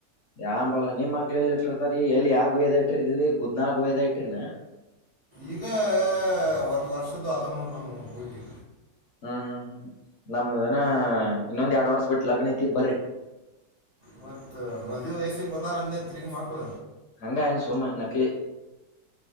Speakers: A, on the left; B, on the right.
A: ಯಾಂಬಲ ನಿಮ ಮಕ್ಳ ಎಲ್ಲಿ ಇಟ್ಟಿರ್ತಾರ ಎಲ್ಲಿ ಯಾ ಗುಹೆ ನಾಗ್ ಇಟ್ಟಿರ್ತೀರಿ ಗುಡ್ನಾಳ ಗುಹೆದಾಗೇನಾ
B: ಈಗ ಒಂದ ವರ್ಷದ್ದು ಆಧುವ ನೋಡ ನಮೂವ ಹುಟ್ಟಿ
A: ಹ್ಮ್ ಹ್ಮ್ ಹ್ಮ್ ಇನ್ನೊಂದ್ ಎರಡ್ ವರ್ಷ ಬಿಟ್ಟು ಲಗ್ನ ಐತಿ ಬರ್ರಿ
B: ಮತ್ತ ಮಧುವಿ ವಯಸಿಗ ಬಂದಾರ್ ಅಂದಿ ತಿರುಗಿ ಮಕ್ಳು
A: ಹಂಗ ಅನ್ನಿ ಸುಮ್ಮ ನಕಲಿ